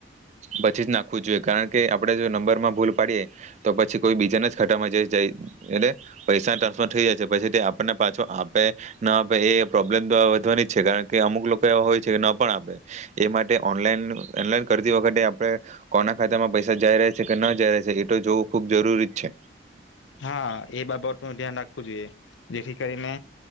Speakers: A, on the right; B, on the left.
A: પછી જ નાખવું જોઈએ કારણ કે આપડે જો નંબરમાં ભૂલ પાડીએ તો પછી કોઈ બીજાના જ ખાતામાં જ જાય એટલે પૈસા ટ્રાન્સફર થઈ જાય છે પછી તે આપણને પાછો આપે ન આપે એ પ્રોબ્લેમ વધવાની જ છે કારણ કે અમુક લોકો એવા હોય કે ન પણ આપે એ માટે ઓનલાઈન ઓનલાઈન કરતી વખતે આપણે કોના ખાતામાં પૈસા જઈ રહે છે કે ન જઈ રહે છે એ તો જોવું ખુબ જરૂરી જ છે.
B: હા એ બાબતનું ધ્યાન રાખવું જોઈએ જેથી કરીને